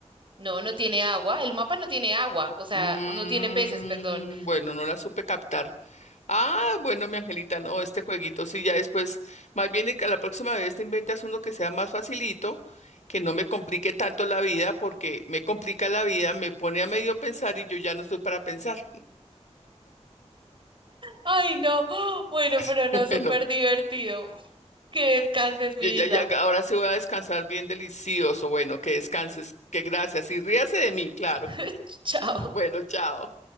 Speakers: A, on the right; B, on the left.
A: No, no tiene agua, el mapa no tiene agua, o sea,
B: Mm,
A: no tiene peces, perdón.
B: bueno, no la supe captar. Ah, bueno, mi angelita, no, este jueguito sí, ya después, más bien y que la próxima vez te inventas uno que sea más facilito, que no me complique tanto la vida, porque me complica la vida, me pone a medio pensar y yo ya no estoy para pensar.
A: Ay, no. <gasps> Bueno, pero
B: <laughs>
A: no, súper
B: Bueno,
A: divertido. Que descanses, mi
B: yo ya,
A: Isa.
B: ya, ahora sí voy a descansar bien delicioso, bueno, que descanses, que gracias y ríase de mí, claro.
A: <laughs> Chao.
B: Bueno, chao.